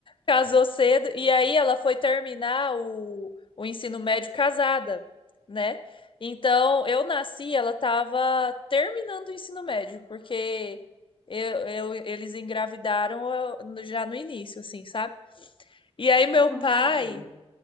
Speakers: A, on the left; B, on the left.
A: casou cedo e aí ela foi terminar o, o ensino médio casada, né? Então, eu nasci, ela tava terminando o ensino médio, porque eu, eu- eles engravidaram eu- no- já no início, assim, sabe? E aí
B: Logo
A: meu
B: quando
A: pai.
B: casou.